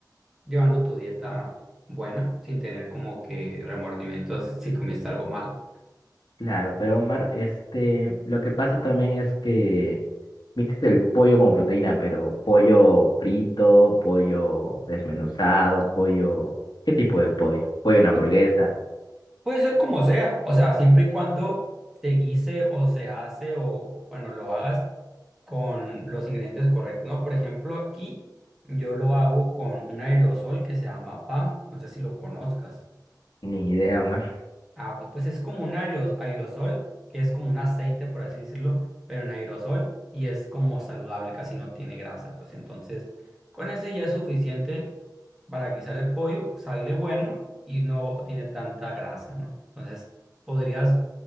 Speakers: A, in the centre; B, on the left.
A: llevando tu dieta buena sin tener como que remordimientos si comiste algo mal.
B: Claro, pero Omar, este, lo que pasa también es que mixes el pollo como proteína, pero pollo frito, pollo desmenuzado, pollo, ¿qué tipo de pollo? Pollo en hamburguesa,
A: Pu- puede ser como sea, o sea, siempre y cuando se guise o se hace o, bueno, lo hagas con los ingredientes correctos, ¿no? Por ejemplo, aquí yo lo hago con un aerosol que se llama PAM, no sé si lo conozcas.
B: ni idea, Omar.
A: Ah, ok, pues es como un aeros- aerosol, que es como un aceite, por así decirlo, pero en aerosol y es como saludable, casi no tiene grasa, pues entonces con ese ya es suficiente para guisar el pollo, sale bueno y no tiene tanta grasa, ¿no? Entonces podrías